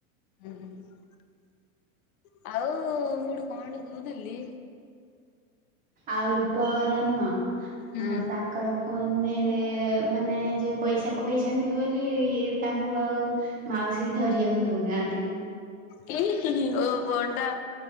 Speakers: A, on the left; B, on the right.
A: ହୁଁ ହୁଁ ଆଉ ମୁଡ୍ କଣ ଗୋଟେ କହୁଥିଲି
B: ଆଉ ରୂପ ଘର ନୁହଁ ଅ
A: ହୁଁ
B: ତାଙ୍କ ଫୋନ୍ ରେ ମାନେ ଯୋଉ ପଇସା ପକେଇଚନ୍ତି ବୋଲି ତାଙ୍କୁ ଆଉ ମାଉସୀ କିି ଧରିଆକୁ ଦଉନାହାନ୍ତି।
A: ଉଁ -ହୁଁ ହୁଁ ଓ ଫୋନ୍ ଟା